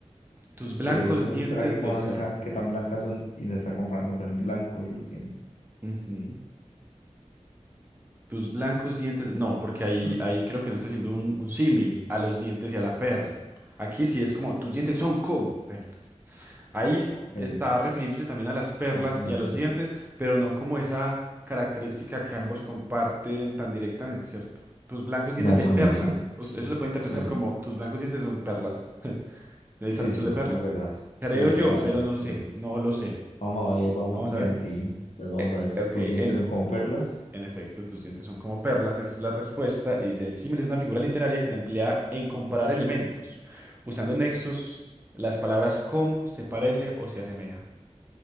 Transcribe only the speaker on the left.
que uno
se espera que conozca
qué tan blancas son y le está comparando con el blanco de los dientes.
<clears throat>
Ok, me
has convencido.
Me has
convencido.
Sí,
sí, sí,
sí,
sí,
sí, es verdad.
Sí, sí,
no, dale.
Entonces,
vamos a ver, vamos
a confiar
en ti. Entonces, vamos
a ver,
tus dientes
son como perlas.